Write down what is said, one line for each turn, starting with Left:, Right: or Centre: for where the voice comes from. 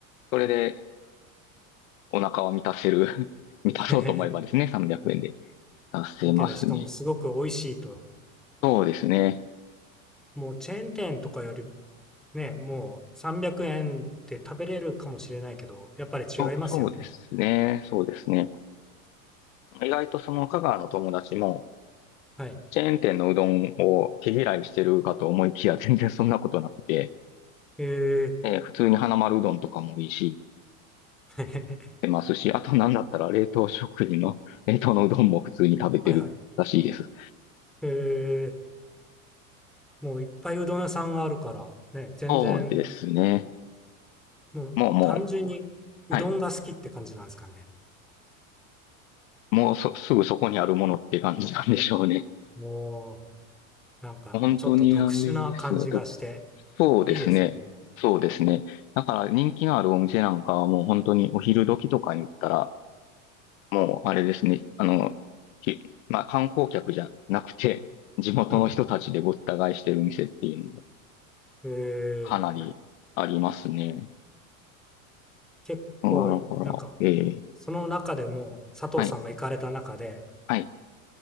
Left: それでお腹は満たせる <laughs>
Centre: <laughs>
Left: 満たそうと思えばですね、
Centre: へへへ
Left: 300円で達せますね。
Centre: 向けで、しかもすごく美味しいと。
Left: そうですね。
Centre: もうチェーン店とかよりね、もう300円で食べれるかもしれないけど、やっぱり違いますよね。
Left: そうそうですね。そうですね。意外とその香川の友達も、
Centre: はい。
Left: チェーン店のうどんを毛嫌いしてるかと思いきや、全然そんなことなくて、
Centre: ええ
Left: えー普通に花丸うどんとかもいいし、
Centre: へへへ
Left: 出ますし、あとなんだったら冷凍食品の、<laughs> 冷凍のうどんも普通に食べてるらしいです。
Centre: <laughs> はいはい。へえ。もういっぱいうどん屋さんがあるから、ね、全然、
Left: そうですね。
Centre: もう単純にうどんが好きって感じなんですかね。
Left: もうもう、はい。もうそ、すぐそこにあるものって感じなんでしょうね。
Centre: おうなんか、
Left: 本当にあれですね。
Centre: ちょっと特殊な感じがして、
Left: どそうですね。
Centre: いいですね。
Left: そうですね。だから人気のあるお店なんかはもう本当にお昼時とかに行ったら、もう、あれですね。あの、きまあ、観光客じゃなくて、地元の人たちでごった返してる店っていうのも
Centre: うん。えー、
Left: かなりありますね。
Centre: 結構、
Left: だから、
Centre: なんか、
Left: ええ
Centre: その中でも、佐藤さんが行かれた中で、
Left: はい、はい。